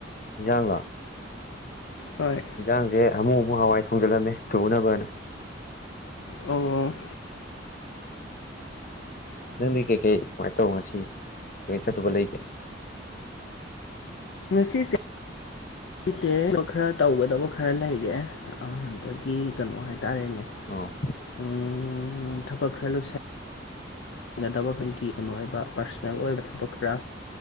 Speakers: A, on the left (about 50°); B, on the left (about 75°).
A: ꯏꯟꯖꯥꯡꯗꯣ
B: ꯍꯣꯏ
A: ꯌꯦꯟꯖꯥꯡꯁꯦ ꯑꯃꯨꯛ ꯑꯃꯨꯛ ꯍꯋꯥꯏ ꯊꯣꯡꯖꯤꯜꯂꯝꯃꯦ ꯊꯨꯅꯕꯅ
B: ꯑꯣ
A: ꯅꯪꯗꯤ ꯀꯩꯀꯩ ꯀꯃꯥꯏꯅ ꯇꯧ ꯉꯁꯤ ꯀꯩꯀꯩ ꯆꯠꯇꯕ ꯂꯩꯒꯦ꯫
B: ꯉꯅꯨꯡꯁꯤꯁꯤ ꯂꯩꯇꯦ ꯊꯕ ꯈꯔ ꯇꯧꯒꯗꯕ ꯈꯔ ꯂꯩꯔꯦꯗꯒꯤ ꯀꯩꯅꯣ ꯍꯥꯏꯇꯥꯔꯦꯅꯦ꯫
A: ꯑꯣ
B: ꯎꯝ ꯊꯕꯛ ꯈꯂꯥꯛ ꯍꯤꯡꯒꯗꯕꯈꯩꯒꯤ ꯀꯩꯅꯣ ꯑꯣꯏꯕ ꯄꯥꯔꯁꯣꯅꯦꯜ ꯑꯣꯏꯕ ꯊꯕꯛ ꯈꯔ